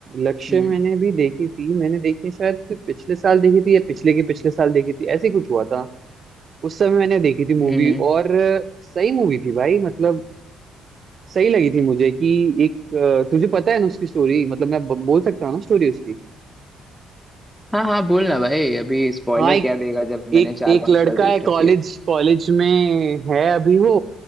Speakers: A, on the right; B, in the centre.
A: लक्ष्य
B: हम्म
A: मैंने भी देखी थी मैंने देखी शायद कि पिछले साल देखी थी या पिछले के पिछले साल देखी थी ऐसे ही कुछ हुआ था उस समय मैंने देखी थी
B: हम्म
A: मूवी
B: हम्म।
A: और अ, सही मूवी थी भाई मतलब सही लगी थी मुझे कि एक अ, तुझे पता है ना उसकी स्टोरी मतलब मैं ब- बोल सकता हूँ ना स्टोरी उसकी
B: हाँ हाँ बोल ना भाई अभी स्पॉइलर
A: हाँ एक
B: क्या देगा जब
A: एक
B: मैंने चार
A: एक
B: पांच
A: लड़का
B: बार देख
A: है कॉलेज
B: रखी है तो
A: कॉलेज में है अभी वो